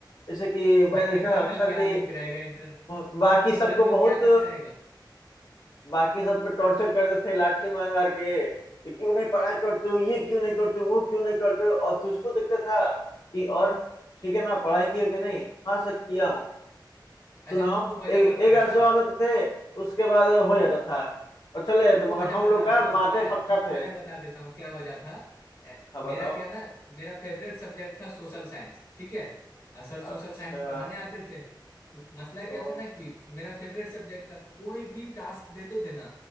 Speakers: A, on the left; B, on the left.
A: जैसे कि मैं
B: भाई
A: देखा
B: इंटरनल
A: था अक्सर
B: क्या
A: कि
B: लिंक रहेगा इंटर
A: ब- बाकी सबको
B: इंटरनल
A: बहुत
B: क्या लिंक रहेगा
A: बाकी सब पे टॉर्चर करते थे लाठी मार मार के कि क्यों नहीं पढ़ाई करते हो ये क्यों नहीं करते हो वो क्यों नहीं करते हो और तुझको दिखता था कि और ठीक है ना पढ़ाई किए हो कि नहीं हाँ सर किया हूँ सुनाओ
B: अच्छा तुमको वजह
A: एक
B: बता
A: एक
B: देता
A: ऐसे जवाब
B: हूँ
A: देते थे उसके बाद हो जाता था और चले जाते
B: तुमको
A: मगर
B: वजह
A: हम
B: बता
A: लोग का
B: देता
A: माते
B: हूँ पता है
A: पक्का
B: तुमको
A: थे
B: वजह बता देता हूँ क्या वजह था ए,
A: हाँ बताओ
B: मेरा क्या ना मेरा फेवरेट सब्जेक्ट था सोशल साइंस ठीक है और सर
A: अच्छा
B: सोशल साइंस पढ़ाने आते थे तो मसला
A: ओ,
B: क्या था ना कि मेरा फेवरेट सब्जेक्ट था कोई भी टास्क देते थे ना